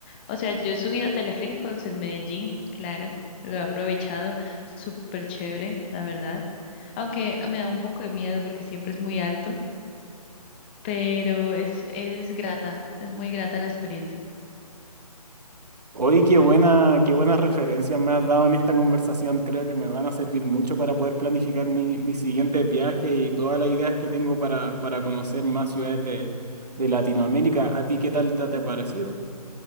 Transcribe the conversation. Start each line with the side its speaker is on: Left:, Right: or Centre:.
Left: O sea, yo he subido a teleféricos en Medellín, claro, lo he aprovechado, súper chévere, la verdad. Aunque me da un poco de miedo porque siempre es muy alto, pero es, es grata, es muy grata la experiencia.
Right: Oye, qué buena, qué buenas referencias me has dado en esta conversación. Creo que me van a servir mucho para poder planificar mi, mis siguientes viajes y todas las ideas que tengo para, para conocer más ciudades de, de Latinoamérica. ¿A ti qué tal te, te ha parecido?